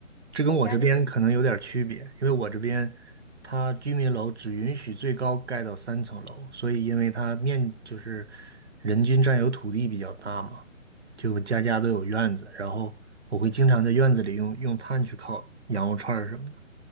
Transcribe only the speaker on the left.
每一家都，